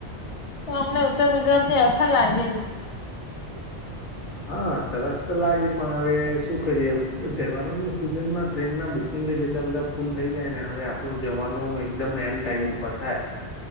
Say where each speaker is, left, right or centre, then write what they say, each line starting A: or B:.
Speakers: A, on the left (about 35°); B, on the left (about 85°).
A: તો અમને ઉત્તર ગુજરાતની, અફર લાગેલી
B: હા, સરસ તો લાગે પણ હવે, શું કરીએ તહેવારોની સિઝન માં ટ્રેન ના બુકિંગ જેટલા બધા ફૂલ થઈ જાય, ને હવે આપણું જવાનું એકદમ એન્ડ ટાઈમ ઉપર થાય.